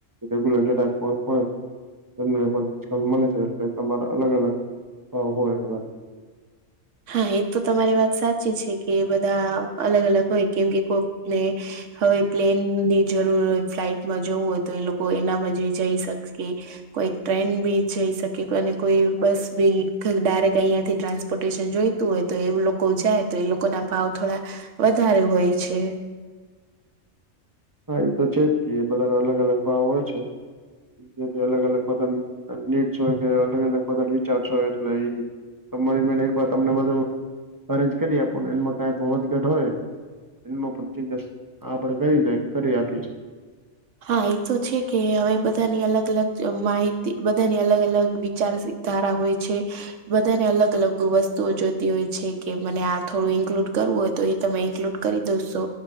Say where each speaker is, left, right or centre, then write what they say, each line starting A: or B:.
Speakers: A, on the right (about 25°); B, on the right (about 70°).
A: રેગ્યુલર કે કોઈ હોય <unintelligible> મળે છે એટલે તમાર અલગ અલગ <unintelligible> હોય બધા.
B: હા, એ તો તમારી વાત સાચી છે કે બધા અલગ અલગ હોય કેમ કે કોકને હવે પ્લેનની જરૂર હોય ફ્લાઇટમાં જવું હોય તો એ લોકો એનામાં જ જઈ શકશે. કોઈ ટ્રેન બી જઈ શકે અને કોઈ બસ બી ડાયરેક્ટ અહીંયા થી ટ્રાન્સપોર્ટ ન જોઈતું હોય એ લોકો જાય એ લોકો ના ભાવ થોડા વધારે હોય છે.
A: હા એ તો છે જ કે એ બધાના અલગ અલગ ભાવ હોય છે. જેથી અલગ અલગ બધાની તકલીફ છે કે અલગ અલગ બધ વિચારશો એટલે એ તમારી બે એક વાર તમને બધું અરેન્જ કરી આપું ને એમાં કાઈ વધઘટ હોય એમાં પણ ચિંતા આપણે કરી કરી આપી છે.
B: હા એ તો છે કે હવે બધાની અલગ અલગ માહિતી બધાની અલગ અલગ ચાર ધારા હોય છે. બધાને અલગ અલગ વસ્તુઓ જોતી હોય છે કે મને આ થોડું ઈન્કલુડ કરવું હોય. તો એ તમે ઇન્ક્લુડ કરી દેશો